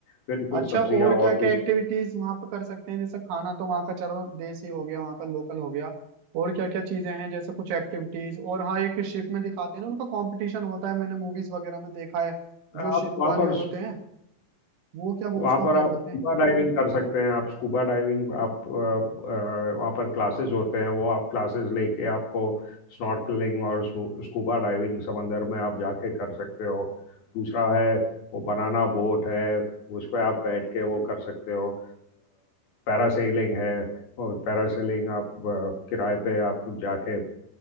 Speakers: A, on the left; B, on the right.
A: फिर कुछ
B: अच्छा
A: सब्जियां
B: और
A: और
B: क्या क्या
A: कुछ
B: एक्टिविटीज वहां पर कर सकते हैं जैसे खाना तो वहां का चलो देसी हो गया वहां का लोकल हो गया और क्या क्या चीजें हैं जैसे कुछ एक्टिविटीज और हाँ एक शिप में दिखाते हैं ना उनका कंपटीशन होता है मैंने मूवीज वगैरह में देखा है जो
A: आप
B: शिप वाले
A: वहाँ पर
B: होते हैं वो क्या
A: वहाँ
B: उसको
A: पर
B: क्या
A: आप
B: बोलते
A: स्कूबा
B: हैं
A: डाइविंग कर सकते हैं आप स्कूबा डाइविंग आप अ, अ, वहाँ पर क्लासेस होते हैं वो आप क्लासेस लेके आपको स्नॉर्कलिंग और स्कूबा डाइविंग समंदर में आप जाके कर सकते हो दूसरा है वो बनाना बोट है उस पर आप बैठ के वो कर सकते हो पैरासेलिंग है और पैरासेलिंग आप अ, किराए पे आप जाके